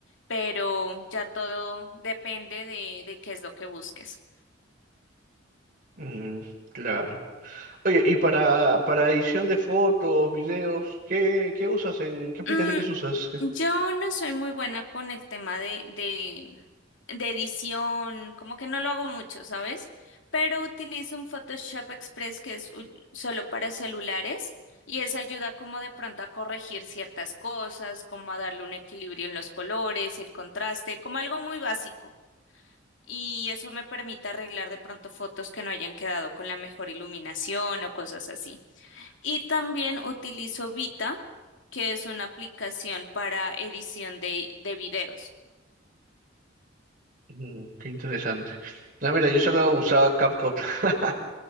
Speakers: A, on the left (about 75°); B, on the right (about 45°).
A: Pero ya todo depende de, de qué es lo que busques.
B: Mm, claro. Oye, y para, para edición de fotos, videos, ¿qué, qué usas en, qué aplicaciones
A: Mm,
B: usas?
A: yo no soy muy buena con el tema de, de, de edición, como que no lo hago mucho, ¿sabes? Pero utilizo un Photoshop Express que es un- solo para celulares y eso ayuda como de pronto a corregir ciertas cosas, como a darle un equilibrio en los colores, el contraste, como algo muy básico. Y eso me permite arreglar de pronto fotos que no hayan quedado con la mejor iluminación o cosas así. Y también utilizo Vita, que es una aplicación para edición de, de videos.
B: Mm, qué interesante. No, mira, yo solo usaba CapCut, <laughs>